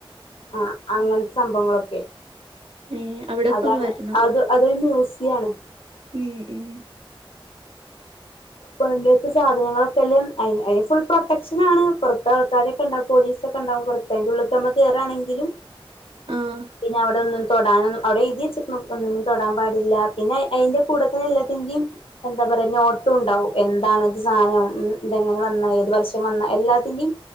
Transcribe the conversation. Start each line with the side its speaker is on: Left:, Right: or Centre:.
Left: ആഹ് അങ്ങനത്തെ സംഭവങ്ങളൊക്കെ
Right: മ് അവിടൊക്കൊന്ന്
Left: അതാണ്
Right: വരണം
Left: അത് അതൊരു മ്യൂസിയാണ്
Right: ഉം ഉം
Left: പണ്ടത്തെ സാധനങ്ങളൊക്കെല്ലേ അ ഫുൾ പ്രൊട്ടക്ഷൻ ആണ് പുറത്തെ ആൾക്കാരൊക്കെ ഉണ്ടാ പോലീസ് സൊക്കെ ഇണ്ടാവകും പുറത്ത് അയിൻ്റ ഉള്ളിക്ക് നമ്മക്ക് കേറാണെങ്കിലും
Right: ആഹ്
Left: പിന്നെ അവിടെ ഒന്നും തൊടാനൊന്നും അവിടെ എഴുതി വെ ഒന്നും തൊടാൻ പാടില്ല പിന്നെ അയിന്റെ കൂടെത്തന്നെ എല്ലാത്തിന്റെയും എന്താ പറയാ നോട്ടും ഉണ്ടാവും എ എന്താണ് ഇത് സാധനം ഇതെങ്ങനെ വന്ന ഏത് വർഷം വന്ന എല്ലാത്തിന്റെയും